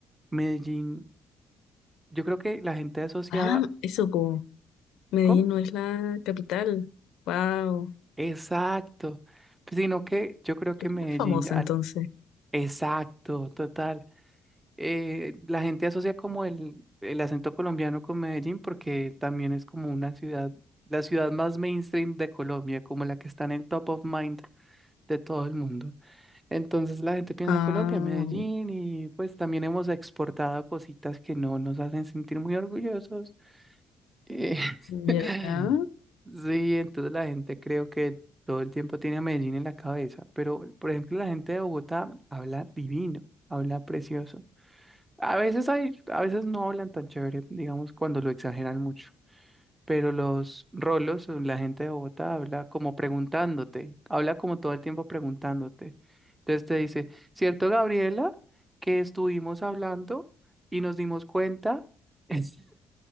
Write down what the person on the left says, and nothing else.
Ah, eso, po. Medellín
no es la capital. Wow.
¿Por qué
es más famosa
entonces?
Ah,
ya.